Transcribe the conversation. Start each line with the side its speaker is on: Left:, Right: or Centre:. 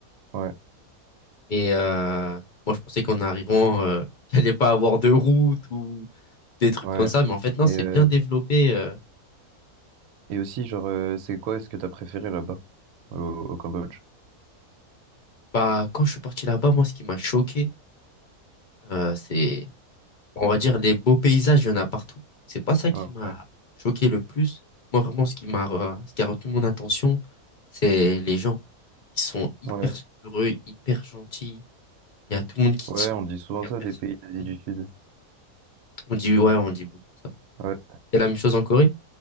Right: Ouais.
Left: Et euh, moi, je pensais qu'en arrivant, euh, <laughs> il allait pas avoir de route ou des trucs
Right: Ouais.
Left: comme ça. Mais en fait, non,
Right: Et,
Left: c'est
Right: euh,
Left: bien développé. euh.
Right: et aussi, genre, euh, c'est quoi ce que t'as préféré là-bas, au, au Cambodge?
Left: Bah, quand je suis parti là-bas, moi, ce qui m'a choqué, Euh, c'est, on va dire, les beaux paysages, il y en a partout. C'est pas ça qui
Right: Ouais.
Left: m'a choqué le plus. Moi, vraiment, ce qui m'a, re- ce qui a retenu mon attention, c'est les gens. Ils sont hyper
Right: Ouais.
Left: chaleureux, hyper gentils. Il y a tout le monde qui
Right: Ouais,
Left: te sourit.
Right: on dit souvent
Left: Il
Right: ça
Left: y a personne
Right: des pays d'Asie
Left: qui...
Right: du Sud.
Left: On dit, ouais, on dit beaucoup ça.
Right: Ouais,
Left: C'est la même chose en Corée?